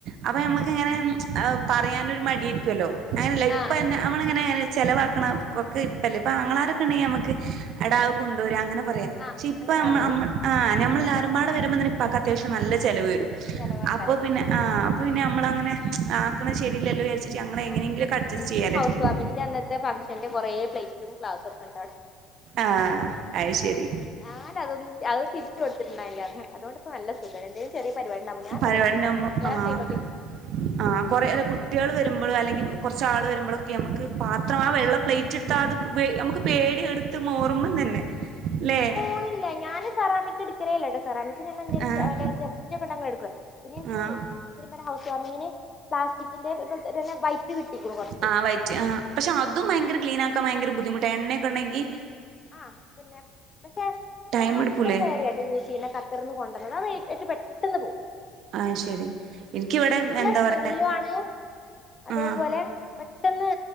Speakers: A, on the right; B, on the left.
A: അപ്പൊ നമുക്ക് ഇങ്ങനെ പറയാനൊരു മടിയിരിക്കുവല്ലോ അങ്ങനല്ല ഇപ്പന്നെ
B: ആഹ് ആഹ്
A: അവ ങ്ങനെ ചെലവാക്കണതു ഒക്കെ ഇപ്പല്ലേ ഇപ്പൊ ആങ്ങളമാരൊക്കെ ഉണ്ടെങ്കിൽ നമക്ക് എടാ അത് കൊണ്ടവര് അങ്ങനെ പറയാം പക്ഷെ
B: ആഹ്
A: ഇപ്പംമ്മ
B: അങ്ങനെ പറയാല്ലേ
A: അമ്മ ആഹ് ഞമ്മളെല്ലാരുംമ്പാട് വരുമ്പോ തന്നെ ഇപ്പാക് അത്യാവശ്യം നല്ല ചെലവ് വരും
B: ചെലവാക്കാര
A: അപ്പൊ പിന്നെ ആഹ് അപ്പ പിന്നെ ഞമ്മള് അങ്ങനെ ആക്കണ ശരില്ലോ വിചരിച്ചിട്ട് ഞങ്ങള് എങ്ങനെങ്കിലുംക്കെ
B: ആഹ്
A: അഡ്ജസ്റ്റ്
B: എനിക്ക്
A: ചെയ്യാനായിരിക്കും
B: ഹൗസ് വാമിങ്ങിന്റെ പിന്നെ അന്നത്തെ ഫംഗ്ഷന്റെ കുറെ പ്ലേറ്റും ഗ്ലാസ്സും ഒക്കെ ഉണ്ട് അവടെ
A: ആഹ് അത് ശരി
B: ഞാനതൊന്നും അത് തിരിച്ച് കൊടുത്തിട്ടുണ്ടായില്ലാന്ന്. അതോണ്ടിപ്പോ നല്ല സുഖ എന്തേലും ചെറിയ പരിപാടിയുണ്ടാവുമ്പോൾ ഞാനതെല്ലാം
A: പരിപാടിണ്ടാവുമ്പോ
B: എടുക്കും. കിട്ടിയാസേമന്തി.
A: ആഹ് ആഹ് കൊറെരെ കുട്ടികള് വരുമ്പളും അല്ലെങ്കിൽ കൊർച്ച് ആള് വരുമ്പോളെക്കെ നമ്മെക്ക് പാത്രം ആഹ് വെള്ള പ്ലേറ്റ് എടു താ അത് വെ നമുക്ക് പേടിയാ എടുത്ത് മൂറുമം തന്നെ ല്ലേ.
B: അതില്ല. ഞാനും ഫറാമിക് എടുക്കലേല്ലട്ടേ. സെറാമിസിസ് വന്ന എന്തേലും
A: ആഹ്
B: ക മേ ഗസ്റ്റക്കണ്ടാങ്ങ് എടെക്ക്. പിന്നെ എനിക്ക്.
A: ആഹ്
B: ഇതിന് പിന്നെ ഹൗസ് വാമിങ്ങിന് പ്ലാസ്റ്റിക്കിന്റെ തെക്കെ തന്നെ വൈറ്റ് കിട്ടി ഗുറുപാട്.
A: ആഹ് വൈറ്റ് ആഹ് പക്ഷെ അതും ഭയങ്കര ക്ലീനാക്കാൻ ഭയങ്കര ബുദ്ധിമുട്ടാ. എണ്ണൊക്കെണ്ടെങ്കിൽ.
B: ആഹ് പിന്നെ പക്ഷെ
A: ടൈം
B: ഞാൻ അവിടുത്തെ
A: എടുക്കൂലേ
B: ഫേറിയായിട്ട് യൂസ് ചെയ്യുന്നേ. ഖത്തിർന്ന് കൊണ്ടു വന്നത് അത് ഏറ്റ് പെട്ടെന്ന് പോം.
A: അയ് ശെരി. എനിക്കിവിടെ എന്താ
B: സ്മെല്ലു
A: പറയാ
B: ആണ് അതേപോലെ,
A: ആഹ്
B: പെട്ടെന്ന്